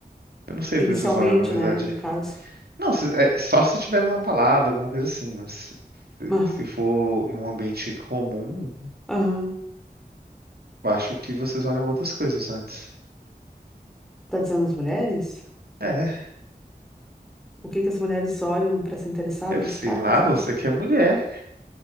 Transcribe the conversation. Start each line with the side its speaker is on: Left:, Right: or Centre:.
Right: Eu não sei
Centre: Inicialmente,
Right: o que vocês olham, na verdade.
Centre: né, no caso.
Right: Não, se- é, só se tiver numa balada, alguma coisa assim, mas se,
Centre: Aham,
Right: se for em um ambiente comum,
Centre: aham.
Right: eu acho que vocês olham outras coisas antes.
Centre: Tá dizendo as mulheres?
Right: É,
Centre: O que que as mulheres olham para se interessar
Right: eu
Centre: pelos
Right: sei
Centre: caras,
Right: lá,
Centre: é
Right: você
Centre: isso?
Right: que é mulher,